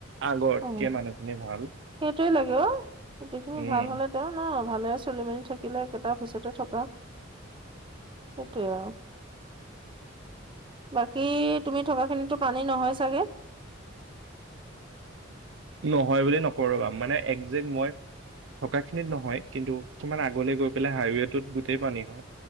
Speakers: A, on the right (about 65°); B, on the right (about 25°).
A: আগৰ
B: অ
A: কে মানুহখিনি ভাল।
B: সেইটোৱে লাগে অ গোটেইখিনি
A: উম,
B: ভাল হলে তেওঁ ন ভালে চলি মেলি থাকিলে একেইটা অফিচতে থকা সেইটোৱে আৰু বাকী তুমি থকাখিনিতো পানী নহয় চাগে?
A: নহয় বুলি নকৰ ৰবা মানে একজেক্ট মই থকা খিনিত নহয় ।কিন্তু কিমান আগলে গৈ পেলাই হাইৱেটোত গোটেই পানী হয়।